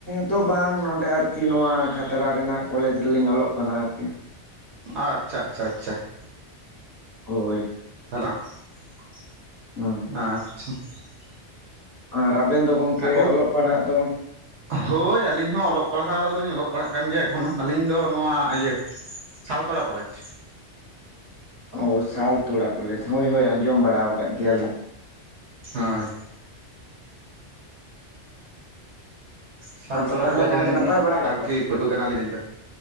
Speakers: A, on the left; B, on the right.
A: ᱫᱚ ᱵᱟᱝ ᱱᱚᱸᱰᱮ ᱟᱨᱠᱤ ᱱᱚᱣᱟ ᱠᱷᱟᱛᱲᱟ ᱨᱮᱱᱟᱜ ᱠᱚᱞᱮᱡᱽ ᱨᱮᱞᱤᱧ ᱚᱞᱚᱜ ᱠᱟᱱᱟ ᱟᱨᱠᱤ ᱾
B: ᱟᱪᱪᱷᱟ ᱟᱪᱪᱷᱟ ᱟᱪᱪᱷᱟ ᱾
A: ᱦᱳᱭ ᱾
B: <unintelligible> ᱟᱪᱪᱷᱟ
A: ᱦᱩᱸ
B: ᱾
A: ᱟᱨ ᱟᱵᱮᱱ ᱫᱚ ᱜᱚᱢᱠᱮ
B: ᱜᱚᱝ
A: ᱚᱞᱚᱜ ᱯᱟᱲᱦᱟᱜ ᱫᱚ?
B: ᱦᱳᱭ ᱟᱹᱞᱤᱧ ᱦᱚᱸ ᱚᱞᱚᱜ ᱯᱟᱲᱦᱟᱣᱞᱤᱧ ᱚᱞᱚᱜ ᱯᱟᱲᱦᱟᱜ ᱠᱟᱱ ᱜᱮᱭᱟ ᱮᱠᱷᱚᱱᱚ ᱟᱹᱞᱤᱧ ᱫᱚ ᱱᱚᱣᱟ ᱤᱭᱟᱹ ᱥᱟᱞᱛᱚᱲᱟ ᱠᱚᱞᱮᱡᱽ᱾
A: ᱚ ᱥᱟᱞᱛᱚᱲᱟ ᱠᱚᱞᱮᱡᱽ ᱦᱳᱭ ᱦᱳᱭ ᱟᱸᱡᱚᱢ ᱵᱟᱲᱟ ᱟᱠᱟᱫ ᱜᱮᱭᱟᱞᱤᱧ ᱾
B: ᱦᱳᱭ ᱾ ᱥᱞᱛᱟᱲᱟ
A: ᱟᱪᱪᱷᱟ ᱛᱟᱦᱚᱞᱮ
B: ᱠᱚᱞᱮᱡᱽ
A: ᱜᱚᱝᱠᱮ
B: ᱨᱮᱱ
A: ᱱᱟᱯᱟᱭ ᱵᱟᱲᱟ ᱜᱮᱛᱚ?
B: ᱟᱨᱠᱤ ᱯᱟᱹᱴᱷᱣᱟᱹ ᱠᱟᱱᱟᱞᱤᱧ ᱟᱹᱞᱤᱧ ᱫᱚ,